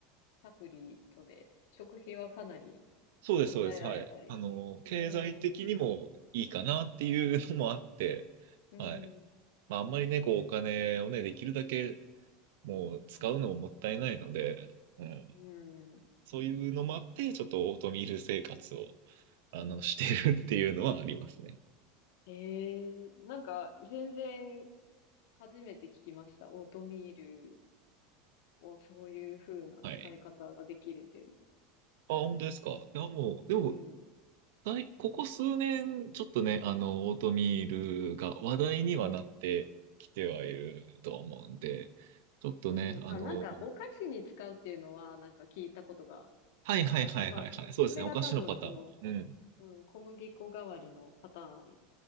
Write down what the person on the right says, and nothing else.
そうです、
そうです。はい。あの、経済的にもいいかなっていうのもあって、
はい。まあ、あんまりね、こう、お金をね、できるだけもう使うのももったいないので、うん。
そういうのもあって、ちょっとオートミール生活をあの、してるっていうのはありますね。
はい。あ、本当ですか。
いや、もう、
でも、最ここ数年、ちょっとね、あの、オートミールが話題にはなってきてはいるとは思うんで、ちょっとね、
あの、
はいはいはいはいはい。
そうですね。
お菓子のパターン。
うん。